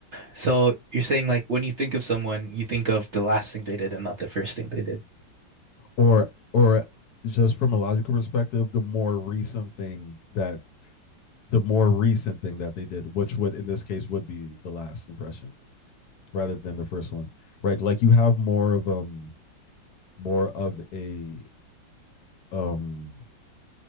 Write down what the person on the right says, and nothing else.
So you're saying like when you think of someone, you think of the last thing they did and not the first thing they did.